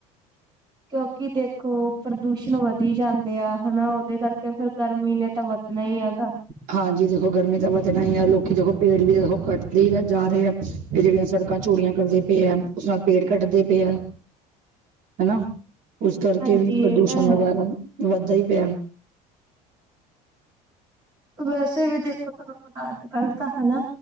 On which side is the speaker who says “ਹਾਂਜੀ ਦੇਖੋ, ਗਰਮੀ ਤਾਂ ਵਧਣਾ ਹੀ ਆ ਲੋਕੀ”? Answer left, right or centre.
Right